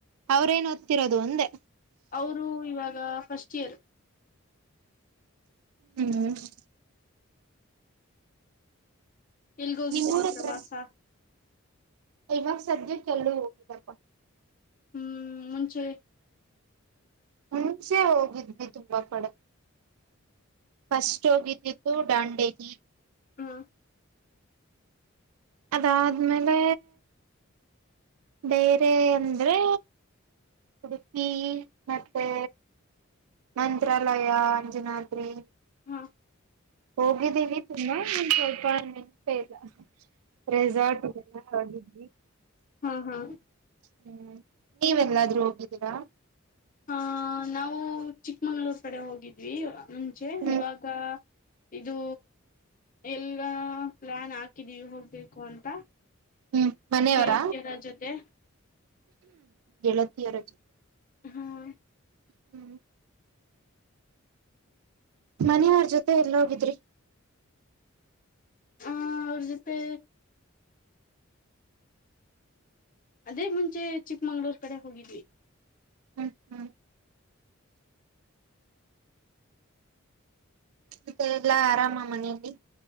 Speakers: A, on the right (about 80°); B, on the left (about 40°).
A: ಅವರೇನ್ ಓದತ್ತಿರೋದು ಅಂದೇ.
B: ಅವರು ಇವಾಗ ಫಸ್ಟ್ ಇಯರ್.
A: ಹ್ಮ್.
B: ಎಲ್ಗೋಗಿದ್ರಿ
A: ನಿಮ್ಮೂರ್ ಹತ್ರ
B: ಪ್ರವಾಸ.
A: ಇವಾಗ ಸದ್ಯಕೆ ಎಲ್ಲೂ ಹೋಗಿಲ್ಲ್ಪ.
B: ಹ್ಮ್ ಮುಂಚೆ,
A: ಮುಂಚೆ ಹೋಗಿದ್ವಿ ತುಂಬಾ ಕಡೆ. ಫಸ್ಟ್ ಹೋಗಿದ್ದಿದ್ದು ದಾಂಡೇಲಿಗೆ.
B: ಹ್ಮ.
A: ಅದಾದ್ಮೇಲೆ ಬೇರೆ ಅಂದ್ರೆ, ಉಡುಪಿ ಮತ್ತೆ, ಮಂತ್ರಾಲಯ, ಅಂಜನಾದ್ರಿ,
B: ಹಾ,
A: ಹೋಗಿದ್ದೀವಿ ತುಂಬಾ ಒಂದ ಸ್ವಲ್ಪ ನೆನ್ಪ್ ಇಲ್ಲ. ರೆಸಾರ್ಟ್ಗೆಲ್ಲ, <unintelligible>
B: ಹಾ, ಹಾ
A: ಹ್ಮ್ ನೀವೆಲ್ಲಾದ್ರೂ ಹೋಗಿದ್ದೀರಾ,
B: ಹ ನಾವು ಚಿಕ್ಕಮಂಗ್ಳೂರ್ ಕಡೆ ಹೋಗಿದ್ವಿ. ಮುಂಚೆ
A: ಹ್ಮ್
B: ಇವಾಗ, ಇದು ಎಲ್ಲ ಪ್ಲಾನ್ ಹಾಕಿದೀವಿ ಹೋಗ್ಬೇಕು ಅಂತ.
A: ಹ್ಮ್ ಮನೆ
B: ಗೆಳತಿಯರ
A: ಅವ್ರ,
B: ಜೊತೆ
A: ಗೆಳತಿಯರ ಜೊತೆ,
B: ಹ್ಮ್.
A: ಹ್ಮ್. ಮನೆಯವ್ರ ಜೊತೆ ಎಲ್ಲ ಹೋಗಿದ್ರಿ.
B: ಹಾ ಅವ್ರ ಜೊತೆ, ಅದೇ ಮುಂಚೆ ಚಿಕ್ಕಮಂಗ್ಳೂರ್ ಕಡೆ ಹೋಗಿದ್ವಿ.
A: ಹ್ಮ್ ಹ್ಮ್. ಮತ್ತೆ ಎಲ್ಲಾ ಆರಾಮ ಮನೆಲಿ.